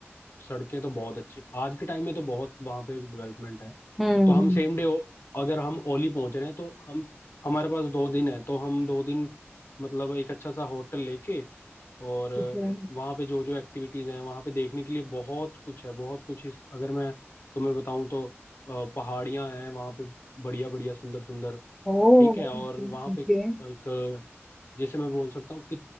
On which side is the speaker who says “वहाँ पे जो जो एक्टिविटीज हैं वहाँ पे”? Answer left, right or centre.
Left